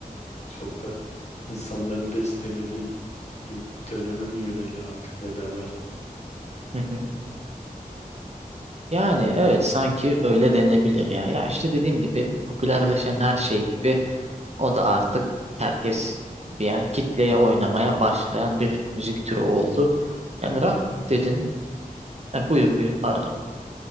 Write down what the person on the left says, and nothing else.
Çok da insanların da istemediği bir döneme mi yöneliyor artık ne derler.
Yok,